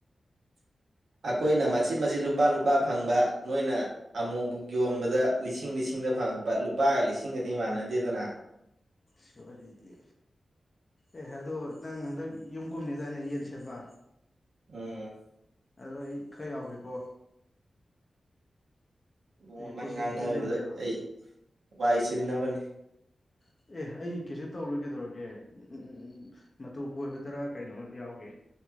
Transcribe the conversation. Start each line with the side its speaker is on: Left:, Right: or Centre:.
Right: ꯑꯩꯈꯣꯏꯅ ꯃꯆꯤꯟ ꯃꯆꯤꯟ ꯂꯨꯄꯥ ꯂꯨꯄꯥ ꯐꯪꯕ ꯅꯣꯏꯅ ꯑꯃꯨꯕ ꯌꯣꯟꯕꯗ ꯂꯤꯁꯤꯡ ꯂꯤꯁꯤꯡꯗ ꯐꯪꯉꯛꯄ ꯂꯨꯄꯥꯒ ꯂꯤꯁꯤꯡꯒꯗꯤ ꯃꯥꯟꯅꯗꯦꯗꯅ
Left: ꯁꯔꯤꯗꯤ ꯑꯦꯍ ꯑꯗꯣ ꯅꯪ ꯍꯟꯗꯛ ꯌꯨꯝ ꯀꯨꯝꯅꯤ ꯑꯗꯨꯏꯅ ꯌꯦꯟ ꯁꯦꯝꯕ
Right: ꯎꯝ
Left: ꯑꯗꯣ ꯑꯩ ꯈꯔ ꯌꯥꯎꯒꯦꯀꯣ
Right: ꯕꯨꯡꯣꯟ
Left: ꯑꯩ ꯄꯣꯠ
Right: ꯅꯪ ꯉꯥꯡꯅꯕꯗ
Left: ꯆꯩ ꯈꯤꯇ ꯂꯩꯒꯦꯕ
Right: ꯑꯩ ꯋꯥꯏ ꯆꯤꯟꯅꯕꯅꯤ
Left: <inaudible> ꯑꯦ ꯑꯩ ꯀꯩꯁꯨ ꯇꯧꯔꯒꯗꯧꯔꯒꯦ ꯎ ꯃꯇꯨ ꯐꯣꯏꯕꯗꯔꯥ ꯀꯩꯅꯣ ꯌꯥꯎꯒꯦ